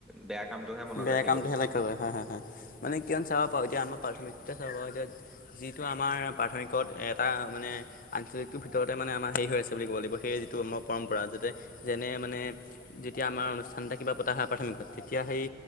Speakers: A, in the centre; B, on the left (about 50°).
A: বেয়া কামটোহে মনত
B: বেয়া
A: ৰাখিব
B: কামটো হে লকে কৰে হয়-হয়-হয়। মানে কিয়মান চাব পাৰোঁ এতিয়া আমাৰ প্ৰাৰথমিকতে চাব পাৰোঁ, এতিয়া যিটো আমাৰ প্ৰাথমিকত এটা মানে আঞ্চলিকটোৰ ভিতৰতে মানে আমাৰ হেৰি হৈ আছে বুলি ক'ব লাগিব সেই যিটো আমাৰ পৰম্পৰা। যাতে যেনে মানে যেতিয়া আমাৰ অনুষ্ঠান এটা কিবা পতা হয়া প্ৰাথমিকত, তেতিয়া সেই